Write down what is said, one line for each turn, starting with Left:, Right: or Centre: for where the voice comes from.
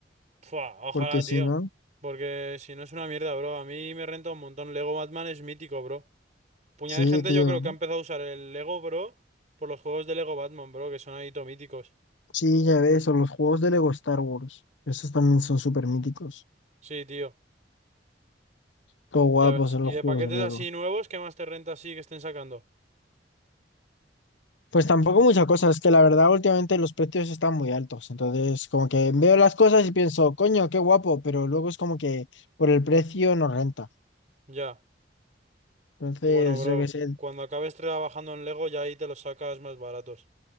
Right: Fua, ojalá,
Left: Porque si
Right: tío.
Left: no,
Right: Porque si no es una mierda, bro. A mí me renta un montón. Lego Batman es mítico, bro. Puñada
Left: sí,
Right: de gente
Left: tío.
Right: yo creo que ha empezado a usar el Lego, bro, por los juegos de Lego Batman, bro, que son ahí todo míticos.
Left: Sí, ya ves, o los juegos de Lego Star Wars. Esos también son súper míticos.
Right: Sí, tío.
Left: Todo guapos
Right: Ya ves.
Left: en
Right: ¿Y
Left: los
Right: de
Left: juegos
Right: paquetes
Left: de Lego.
Right: así nuevos, qué más te renta así que estén sacando?
Left: Pues tampoco muchas cosas, es que la verdad últimamente los precios están muy altos. Entonces, como que veo las cosas y pienso, coño, qué guapo, pero luego es como que por el precio no renta.
Right: Ya.
Left: Entonces,
Right: Bueno, bro.
Left: yo qué sé.
Right: Cuando acabes trabajando en Lego, ya ahí te los sacas más baratos.